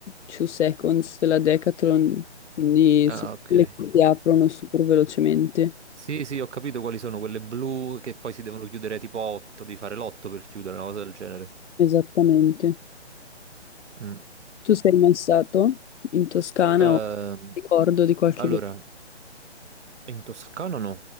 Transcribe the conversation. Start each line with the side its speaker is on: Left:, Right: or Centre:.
Left: 2 seconds della Decathlon, quindi
Right: Ah,
Left: sono
Right: ok.
Left: quelle che si aprono super velocemente.
Right: Sì, sì, ho capito quali sono quelle blu che poi si devono chiudere tipo a 8, devi fare l'otto per chiudere, una cosa del genere.
Left: Esattamente.
Right: Mm.
Left: Tu sei mai stato in Toscana
Right: Ehm,
Left: o ricordo di qualche
Right: allora,
Left: viaggio?
Right: in Toscana no,